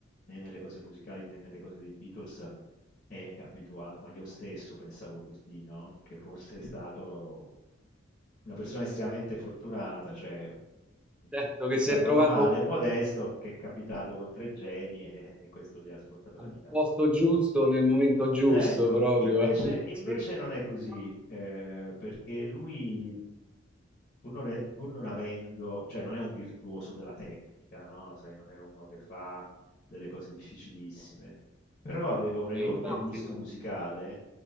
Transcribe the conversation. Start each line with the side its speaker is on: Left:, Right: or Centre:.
Left: né nelle cose musicali né nelle cose dei Beatles è abituato, ma io stesso pensavo così, no? Che fosse stato una persona estremamente fortunata, cioè un
Centre: Certo
Left: musicista
Centre: che si è
Left: normale
Centre: trovato
Left: e modesto che è capitato con tre geni e e questo gli ha svoltato la
Centre: Al
Left: vita.
Centre: posto giusto, nel momento giusto
Left: Ecco,
Centre: proprio,
Left: invece,
Centre: eh. <laughs>
Left: invece non è così, eh, perché lui, mh, pur non, è- pur non avendo, cioè non è un virtuoso della tecnica, no? Sai, non è uno che fa delle cose difficilissime, però aveva un enorme
Centre: Sì, infatti.
Left: gusto musicale